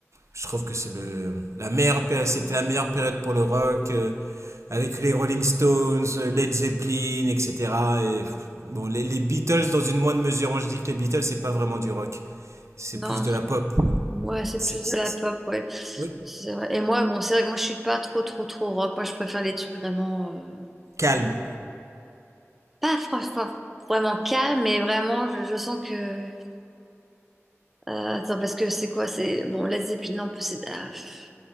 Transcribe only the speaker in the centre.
Non,
Ouais, c'est
plus
de la
pop, ouais.
C'est vrai. Et moi, bon, c'est vrai que moi, je suis pas trop, trop, trop rock. Moi, je préfère les trucs vraiment... euh,
Pas franchement vraiment calme, mais vraiment, je, je sens que... euh, Attends, parce que c'est quoi? C'est... Bon, Led Zeppelin, non, c'est... ah, pff.